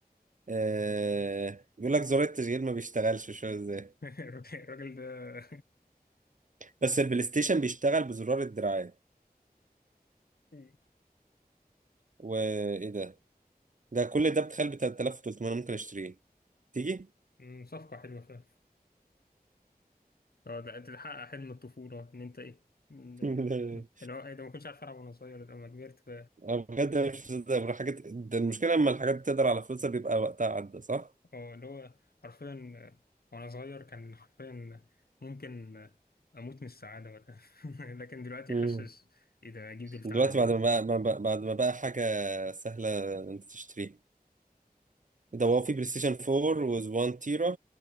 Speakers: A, on the right; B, on the left.
A: آه بيقول لك زرار التشغيل ما بيشتغلش مش عارف ازاي
B: <laughs> الراجل الراجل ده
A: بس البلاي ستيشن بيشتغل بزرار الدراعات
B: <laughs>
A: وايه ده ده كل ده بتخيل ب 3300 ممكن اشتريه تيجي
B: أمم، صفقة حلوة فعلا اه ده ده تحقق حلم الطفولة ان انت ايه إن-
A: <laughs> لا،
B: اللي هو ايه ده ما كنتش عارف العب وانا صغير لما كبرت ف
A: أنا بجد أنا مش مصدق بروح حاجات ده المشكله لما الحاجات بتقدر على فلوسها بيبقى وقتها عدى صح
B: اه اللي هو حرفيا آه، وانا صغير كان حرفيا ممكن آه، اموت من السعادة ولا <laughs> لكن دلوقتي
A: مم.
B: حاسس ايه ده اجيب البتاع
A: دلوقتي
B: ده ليه؟
A: بعد ما بقى ما بقى بعد ما بقى حاجه سهله انت تشتريه إيه ده هو في بلاي ستيشن 4 و 1 تيرا